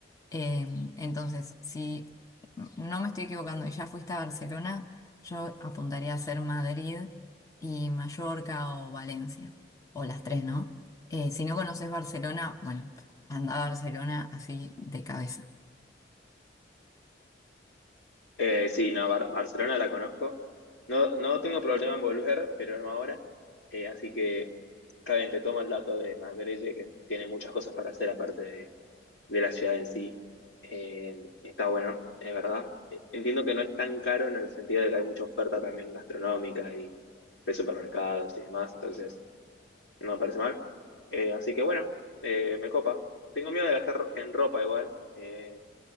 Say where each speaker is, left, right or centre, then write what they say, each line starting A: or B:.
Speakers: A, on the left; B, on the left.
A: Eh, entonces, si no me estoy equivocando y ya fuiste a Barcelona, yo apuntaría a ser Madrid y Mallorca o Valencia, o las tres, ¿no? Eh, si no conoces Barcelona, bueno, anda a Barcelona así de cabeza.
B: Eh, sí, no, Bar- Barcelona la conozco. No, no tengo problema en volver, pero no ahora. Eh, así que, está bien, te tomo el dato de Madrid, de que tiene muchas cosas para hacer aparte de, de la ciudad en sí. Eh, está bueno, es verdad. Eh, Entiendo que no es tan caro en el sentido de que hay mucha oferta también gastronómica y de supermercados y demás, entonces no me parece mal. Eh, así que bueno, eh, me copa. Tengo miedo de gastar ro- en ropa igual, eh,